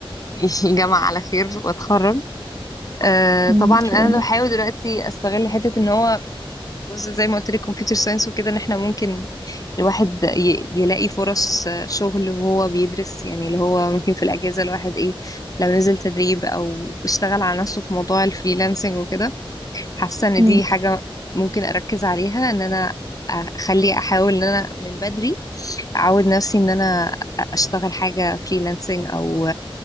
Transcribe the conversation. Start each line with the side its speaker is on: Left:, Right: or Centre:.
Left: <laughs> الجامعة على خير وأتخرج آه
Right: مم،
Left: طبعا
Right: ان
Left: أنا
Right: شاء الله
Left: بحاول دلوقتي أستغل حتة إن هو جزء زي ما قلت لك كمبيوتر ساينس وكده إن إحنا ممكن الواحد ي- يلاقي فرص آه، شغل وهو بيدرس يعني اللي هو ممكن في الأجازة الواحد إيه لو نزل تدريب أو اشتغل على نفسه في موضوع الفريلانسنج وكده حاسة إن
Right: مم.
Left: دي حاجة ممكن أركز عليها إن أنا أخلي أحاول إن أنا من بدري اعود نفسي ان انا اشتغل حاجه فريلانسنج او